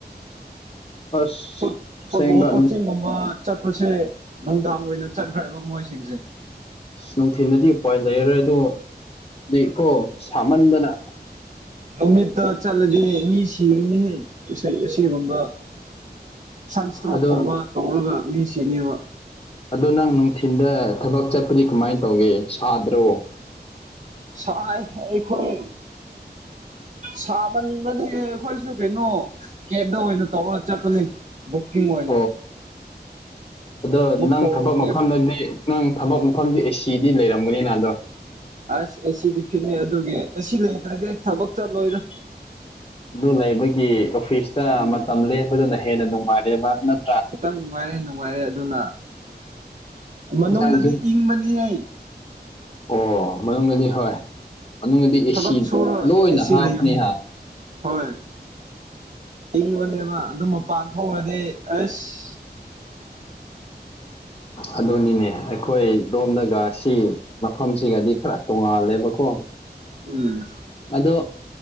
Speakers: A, on the left (about 30°); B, on the right (about 45°).
A: ꯑꯁ
B: ꯐ
A: ꯑꯁꯦꯡꯕ
B: ꯐꯨꯠꯕꯣꯜ ꯀꯣꯆꯤꯡ ꯃꯨꯝꯕ ꯆꯠꯄꯁꯦ ꯅꯨꯡꯗꯥꯡ ꯑꯣꯏꯅ ꯆꯠꯈ꯭ꯔꯦꯕ ꯃꯣꯏꯁꯤꯡꯁꯦ
A: ꯁ ꯅꯨꯡꯊꯤꯟꯗꯗꯤ ꯎꯄꯥꯏ ꯂꯩꯔꯔꯣꯏ ꯑꯗꯨ ꯗꯤ ꯀꯣ ꯁꯥꯃꯟꯗꯅ
B: ꯍꯧꯃꯤꯠꯇ ꯆꯠꯂꯗꯤ ꯃꯤ ꯁꯤꯔꯅꯤꯍꯦ ꯁꯤ ꯑꯁꯤꯒꯨꯝꯕ ꯁꯟꯁꯇ꯭ꯔꯣꯛꯀꯨꯝꯕ
A: ꯑꯗꯣ
B: ꯇꯧꯔꯒ ꯃꯤꯁꯤꯅꯦꯕ
A: ꯑꯗꯨ ꯅꯪ ꯅꯨꯡꯊꯤꯜꯗ ꯊꯕꯛ ꯆꯠꯄꯗꯤ ꯀꯃꯥꯏ ꯇꯧꯒꯦ ꯁꯥꯗ꯭ꯔꯣ
B: ꯁꯥꯏ ꯑꯩꯈꯣꯏ ꯁꯥꯃꯟꯕꯅꯦ ꯑꯈꯣꯏꯁꯨ ꯀꯩꯅꯣ ꯀꯦꯞꯇ ꯑꯣꯏꯅ ꯇꯧꯔ ꯆꯠꯄꯅꯦ ꯕꯨꯀꯤꯡ ꯑꯣꯏꯅ
A: ꯑꯣ ꯑꯗꯣ
B: ꯕꯨꯛ
A: ꯅꯪ
B: ꯇꯧꯔ
A: ꯊꯕꯛ
B: ꯀꯦꯞ
A: ꯃꯐꯝꯗꯗꯤ ꯅꯪ ꯊꯕꯛ ꯃꯐꯝꯗꯤ ꯑꯦꯁꯤꯗꯤ ꯂꯩꯔꯝꯒꯅꯤꯅ ꯑꯗꯣ
B: ꯑꯁ ꯑꯦꯁꯤꯗꯤ ꯐꯤꯠꯅꯩ ꯑꯗꯨꯒꯤ ꯑꯦꯁꯤ ꯂꯩꯇ꯭ꯔꯦ ꯊꯕꯛ ꯆꯠꯂꯣꯏꯗ
A: ꯑꯗꯨ ꯂꯩꯕꯒꯤ ꯑꯣꯐꯤꯁꯇ
B: ꯎꯝ
A: ꯃꯇꯝ ꯂꯦꯞꯄꯗꯨꯅ ꯍꯦꯟꯅ ꯅꯨꯡ ꯄꯥꯔꯦꯕ ꯅꯠ
B: ꯈꯤꯇꯪ ꯅꯨꯡꯉꯥꯏꯔꯦ ꯅꯨꯡꯉꯥꯏꯔꯦ ꯑꯗꯨꯅ ꯃꯅꯨꯡꯗꯗꯤ
A: ꯅꯪ ꯌꯨꯝ
B: ꯏꯪꯕꯅꯤꯍꯦ
A: ꯑꯣ ꯃꯅꯨꯡꯗꯗꯤ ꯍꯣꯏ ꯃꯅꯨꯡꯗꯗꯤ ꯑꯦꯁꯤ
B: ꯊꯕꯛ ꯁꯨꯔ
A: ꯂꯣꯏꯅ
B: ꯑꯦꯁꯤ
A: ꯍꯥꯞꯄꯅꯤꯍꯦ
B: ꯂꯩꯕꯅꯤ ꯍꯣꯏ ꯏꯪꯕꯅꯦꯕ ꯑꯗꯨ ꯃꯄꯥꯟ ꯊꯣꯛꯂꯗꯤ ꯑꯩꯁ
A: ꯑꯗꯣꯅꯤꯅꯦ ꯑꯩꯈꯣꯏ ꯗꯣꯝꯗꯒꯁꯤ ꯃꯐꯝꯁꯤꯒꯗꯤ ꯈꯔ ꯇꯣꯡꯉꯥꯜꯂꯦꯕꯀꯣ
B: ꯎꯝ
A: ꯑꯗꯣ